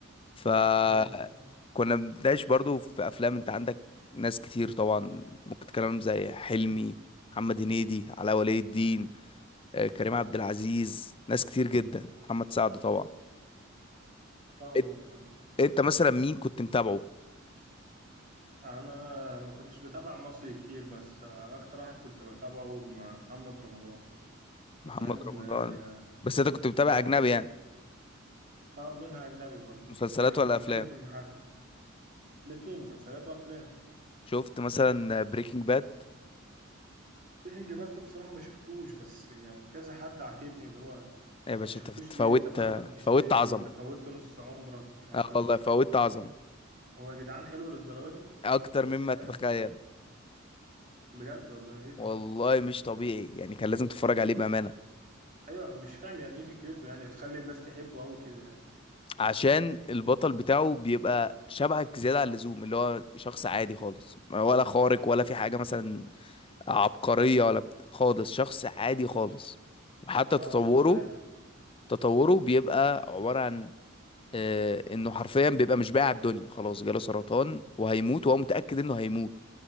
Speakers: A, on the left; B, on the right.
A: فكنا
B: تمام
A: بنتناقش برضو في افلام انت عندك ناس كتير طبعا ممكن تتكلم زي حلمي محمد هنيدي علاء ولي الدين أه، كريم عبد العزيز ناس كتير جدا محمد سعد طبعا
B: فاهمك
A: إت-
B: اه
A: انت مثلا مين كنت متابعه
B: انا ما كنتش بتابع مصري كتير بس اكتر واحد كنت بتابعه محمد رمضان
A: محمد
B: أنت فاهم
A: رمضان
B: آه، يعني
A: بس انت كنت متابع
B: اه
A: اجنبي يعني
B: اه منها اجنبي برضو
A: مسلسلات
B: بس يعني
A: ولا
B: بنتكلم
A: افلام
B: في المحل الاتنين مسلسلات وافلام
A: شفت مثلا بريكنج باد
B: بريكنج باد ده بصراحة ما شفتوش بس يعني كذا حد عاتبني اللي هو انت
A: يا باشا
B: ما شفتوش
A: انت فت- فوتت
B: ليه انت ما عملتش
A: فوتت
B: ليه
A: عظمة
B: انت فوتت نص عمرك ومش عارف
A: اه
B: ايه
A: والله فوتت عظمة
B: هو يا جدعان حلو للدرجة دي
A: اكتر مما
B: مش فاهم
A: تتخيل
B: بجد والله ايه ده
A: والله مش طبيعي يعني كان لازم تتفرج عليه بأمانة
B: ايوه مش فاهم يعني ايه فكرته يعني تخلي الناس تحبه قوي كده يعني.
A: عشان البطل بتاعه بيبقى شبهك زيادة عن اللزوم اللي هو شخص عادي خالص ولا خارق ولا في حاجة مثلا عبقرية ولا بت- خالص شخص عادي خالص وحتى
B: اه
A: تطوره
B: شخص عادي
A: تطوره بيبقى عبارة عن آه، انه حرفيا بيبقى مش بايع الدنيا خلاص جاله سرطان وهيموت وهو متأكد انه هيموت